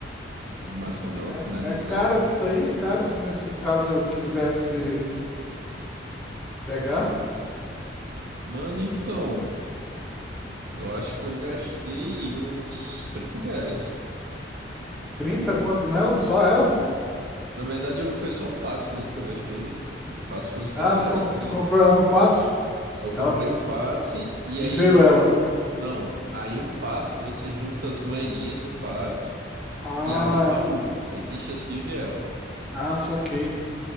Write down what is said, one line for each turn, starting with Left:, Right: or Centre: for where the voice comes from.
Right: A animação dela
Centre: É,
Right: finalizando,
Centre: é cara
Right: né?
Centre: isso daí? É cara se nesse caso eu quisesse pegar?
Right: Mano, então, eu acho que eu gastei uns 30 reais.
Centre: Trinta quanto nela? Só ela?
Right: Na verdade, eu- foi só o passe, né, que eu gastei. O passe foi uns
Centre: Ah,
Right: 30
Centre: tu,
Right: reais,
Centre: comp-
Right: por
Centre: tu
Right: aí.
Centre: comprou ela no passo?
Right: Eu comprei
Centre: Ela,
Right: o passe e
Centre: e
Right: aí...
Centre: veio
Right: ju-
Centre: ela.
Right: Ou, não, aí o passe, você junta as moedinhas do passe
Centre: Ah,
Right: e abre baú. Aí tem chance de ver ela.
Centre: ah, saquei.